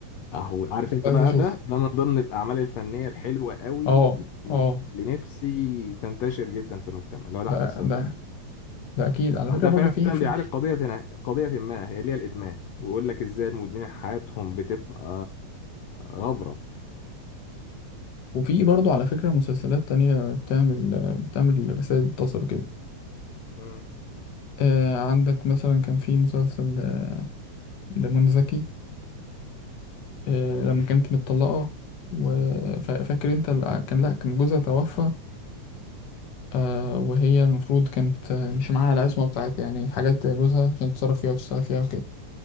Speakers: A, on the left; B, on the left.
A: اهو عارف
B: بس
A: انت
B: عايز
A: بقى
B: أشوف
A: ده ده من ضمن الاعمال الفنية الحلوة قوي
B: أه أه
A: اللي نفسي تنتشر جدا في المجتمع اللي هو تحت
B: ده
A: السيطرة
B: ده ده أكيد على
A: أو
B: فكرة
A: ده
B: برضه
A: فعلا
B: فيه فيه
A: بيعالج قضية هنا- قضية ما هي اللي هي الإدمان ويقول لك إزاي المدمنين حياتهم بتبقى غبرة
B: وفي برضه على فكرة مسلسلات تانية بتعمل بتعمل رسائل تصل كده
A: امم
B: آه عندك مثلا كان في مسلسل آه، لمنى زكي آه لما كانت متطلقة وفاكر انت ال- آه، كان لا كان جوزها توفى آه وهي المفروض كانت آه، مش معاها العصمة بتاعت يعني حاجات جوزها عشان تتصرف فيها وتشتغل فيها وكده